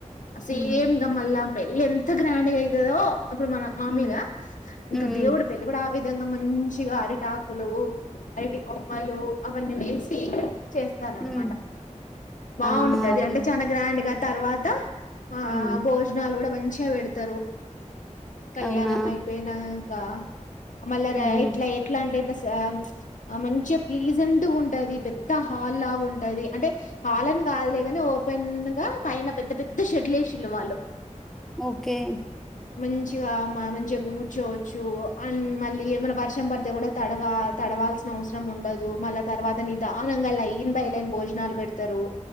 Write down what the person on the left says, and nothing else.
అసేమ్
గ మల్ల పెళ్ళి ఎంత గ్రాండ్ అయితదో ఇప్పుడు మన మాములుగా
ఇంక
దేవుడు పెళ్ళి గూడా ఆ విధంగా మంచిగా అరిటాకులు అరటి కొమ్మలు అవన్నీ వేసి చేస్తారనమాట
బాగుంటది
అంటే చాన గ్రాండ్ గా తర్వాత ఆ
భోజనాలు గూడ మంచి మంచ్చిగా పేడతరు కళ్యాణం
అయిపోయినా కా మళ్ళ
రా ఇట్లా ఎట్లా అంటే ఇట్లా ఆ మంచిగా ప్లీజెంట్గా ఉంటది పెద్ద హాల్ లాగా ఉంటంది అంటే హాల్ అని కాదులేగాని ఓపెన్ గా పైన పెద్ద పెద్ద షెడ్లే ఎశిర్ వాళ్ళు
మంచిగా మంచి గూర్చోవచ్చు అండ్ మళ్ళీ ఏమైనా వర్షం పడితే గూడ తడవ తడవాల్సిన అవసరం ఉండదు మళ్ళ తర్వాత నీదానంగ ల్ యి లైన్ న్బైలన్ భోజనాలు పెడతరు